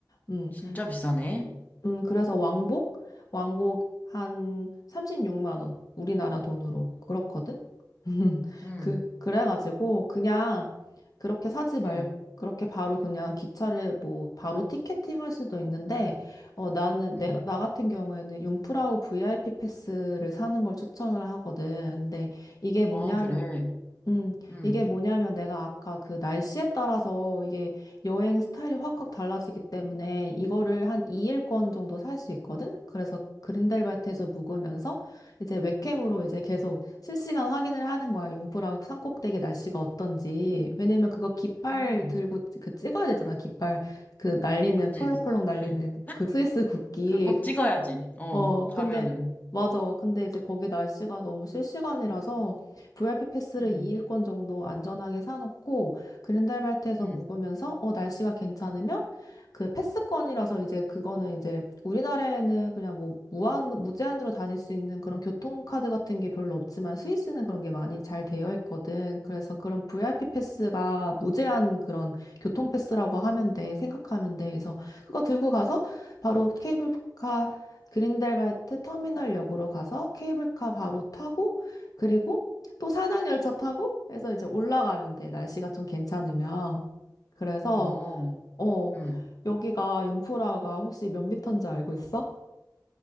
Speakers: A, on the left; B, on the left.
A: 응.
B: 진짜 비싸네.
A: 음, 그래서 왕복? 왕복 한 36만 원. 우리나라 돈으로. 그렇거든? <laughs>
B: 응,
A: 그, 그래가지고 그냥 그렇게 사지 말고,
B: 응,
A: 그렇게 바로 그냥 기차를 뭐 바로 티켓팅 할 수도 있는데, 어, 나는
B: 응.
A: 내가, 나 같은 경우에는 융프라우 VIP 패스를 사는 걸 추천을 하거든. 근데 이게 뭐냐면,
B: 아, 그래.
A: 음,
B: 응,
A: 이게 뭐냐면 내가 아까 그 날씨에 따라서 이게 여행 스타일이 확확 달라지기 때문에 이거를 한 2일권 정도 살 수 있거든? 그래서 그린델발트에서 묵으면서 이제 웹캠으로 이제 계속 실시간 확인을 하는 거야. 융프라고 산꼭대기 날씨가 어떤지. 왜냐면 그거 깃발
B: 응
A: 들고 그 찍어야 되잖아. 깃발 그 날리는
B: 맞지?
A: 펄럭펄럭 날리는
B: <laughs>
A: 그 스위스 국기.
B: 그 꼭
A: 그
B: 찍어야지. 어,
A: 어,
B: 가면은.
A: 근데, 맞아. 근데 이제 거기 날씨가 너무 실시간이라서 VIP 패스를
B: 응.
A: 2일권 정도 안전하게 사놓고 그린달발트에서
B: 응,
A: 묵으면서 어, 날씨가 괜찮으면 그 패스권이라서 이제 그거는 이제 우리나라에는 그냥 뭐 무한, 무제한으로 다닐 수 있는 그런 교통카드 같은 게 별로 없지만 스위스는 그런 게 많이 잘 되어 있거든. 그래서 그런 VIP 패스가 무제한 그런 교통패스라고 하면 돼. 생각하면 돼. 그래서 그거 들고 가서 바로 케이블카 그린델발트 터미널역으로 가서 케이블카 바로 타고 그리고 또 산악열차 타고 해서 이제 올라가면 돼. 날씨가 좀 괜찮으면. 그래서
B: 어,
A: 어
B: 응.
A: 여기가 융프라가 혹시 몇 미터인지 알고 있어?